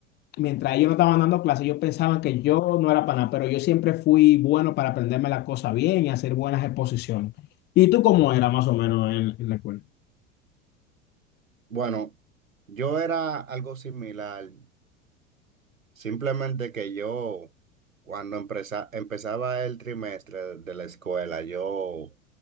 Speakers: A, on the left; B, on the right.
A: mientras ellos no estaban dando clases, ellos pensaban que yo no era para nada. Pero yo siempre fui bueno para aprenderme las cosas bien y hacer buenas exposiciones. ¿Y tú cómo era más o menos en, en la escuela?
B: Bueno, yo era algo similar, simplemente que yo, cuando empresa- empezaba el trimestre de la escuela, yo